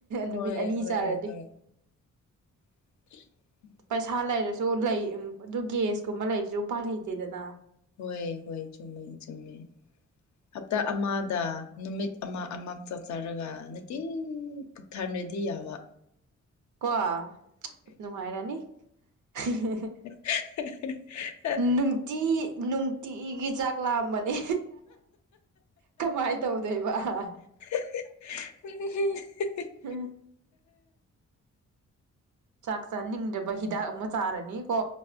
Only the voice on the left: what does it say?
ꯍꯣꯏ
ꯍꯣꯏ
ꯍꯣꯏ <inaudible>
ꯍꯣꯏ ꯍꯣꯏ ꯆꯨꯝꯃꯦ ꯆꯨꯝꯃꯦ ꯍꯞꯇꯥ
ꯑꯃꯗ ꯅꯨꯃꯤꯠ ꯑꯃ ꯑꯃ ꯆꯛ ꯆꯔꯒ ꯅꯨꯡꯇꯤ ꯄꯨꯛ ꯊꯟꯔꯗꯤ ꯌꯥꯕ
<unintelligible>
<unintelligible>